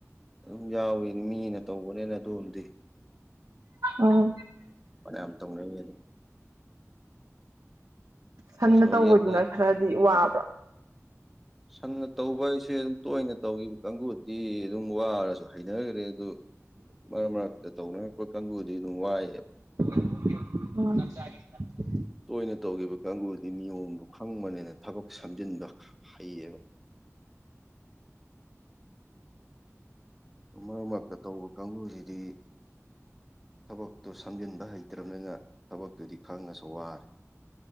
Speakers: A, in the centre; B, on the right.
A: ꯑꯗꯨꯝ ꯌꯥꯎꯋꯅꯤ ꯃꯤꯅ ꯇꯧꯕꯅꯦꯅ ꯑꯗꯨꯝꯗꯤ
B: ꯑꯣ
A: ꯃꯅꯌꯥꯝ ꯇꯧꯅꯩꯌꯦ ꯑꯗ
B: ꯁꯟꯅ
A: ꯀꯩꯁꯨ
B: ꯇꯧꯕꯗꯨꯅ
A: ꯂꯦꯞꯅꯗꯦ
B: ꯈꯔꯗꯤ ꯋꯥꯕ꯭ꯔꯥ
A: ꯁꯝꯅ ꯇꯧꯕ ꯍꯥꯏꯁꯦ ꯑꯗꯨꯝ ꯇꯣꯏꯅ ꯇꯧꯈꯤꯕ ꯀꯥꯡꯕꯨꯗꯤ ꯑꯗꯨꯝ ꯋꯥꯔꯁꯨ ꯍꯩꯅꯈ꯭ꯔꯦ ꯑꯗꯨ ꯃꯔꯛ ꯃꯔꯛꯇ ꯇꯧꯅꯔꯛꯄ ꯀꯥꯡꯕꯨꯗꯤ ꯅꯨꯡ ꯋꯥꯏꯑꯕ
B: <unintelligible>
A: ꯇꯣꯏꯅ ꯇꯧꯈꯤꯕ ꯀꯥꯡꯕꯨꯗꯤ ꯅꯤꯌꯣꯝꯗꯨ ꯈꯪꯕꯅꯦꯅ ꯊꯕꯛ ꯁꯝꯖꯤꯟꯕ ꯍꯩꯌꯦꯕ ꯃꯔꯛ ꯃꯔꯛꯇ ꯇꯧꯕ ꯀꯥꯡꯕꯨꯁꯤꯗꯤ ꯊꯕꯛꯇꯨ ꯁꯝꯖꯤꯟꯕ ꯍꯩꯇ꯭ꯔꯕꯅꯦꯅ ꯊꯕꯛꯇꯨꯗꯤ ꯈꯪꯉꯁꯨ ꯋꯥꯔꯦ